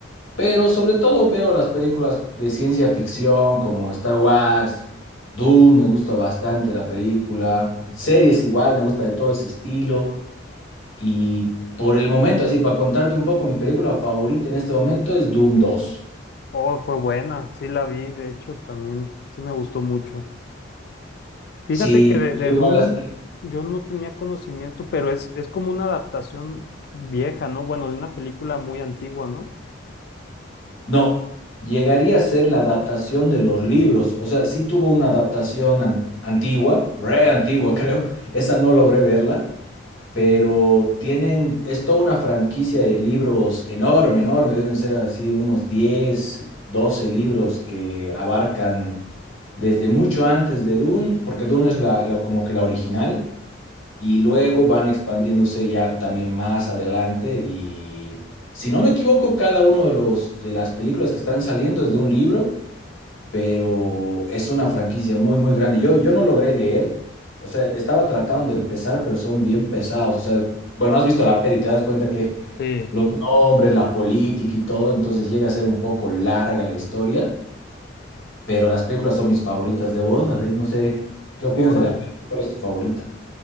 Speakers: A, on the left; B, on the left.
A: pero sobre todo veo las películas de ciencia ficción como Star Wars, Dune, me gusta bastante la película, series igual, me gusta de todo ese estilo. Y por el momento, así, para contarte un poco, mi película favorita en este momento es Doom dos.
B: Oh, fue buena, sí la vi, de hecho también sí me gustó mucho. Fíjate
A: Sí,
B: que de,
A: yo
B: de Dune
A: igual así.
B: yo no tenía conocimiento, pero es, es como una adaptación vieja, ¿no? Bueno, de una película muy antigua, ¿no?
A: No, llegaría a ser la adaptación de los libros. O sea, sí tuvo una adaptación an- antigua, re antigua <laughs> creo. Esa no logré verla, pero tienen, es toda una franquicia de libros enorme, enorme. Deben ser así unos 10, 12 libros que abarcan desde mucho antes de Dune, porque Dune es la, la- como que la original y luego
B: Ujú.
A: van expandiéndose ya también más adelante y si no me equivoco, cada uno de los de las películas que están saliendo es de un libro, pero es una franquicia muy muy grande. Yo yo no logré leer, o sea, estaba tratando de empezar, pero son bien pesados, o sea, bueno, has visto la peli, te das cuenta que
B: Sí.
A: los nombres, la política y todo, entonces llega a ser un poco larga la historia, pero las películas son mis favoritas de vos, así que no sé, ¿qué
B: Órale.
A: opinas de la peli? ¿Cuál es tu favorita?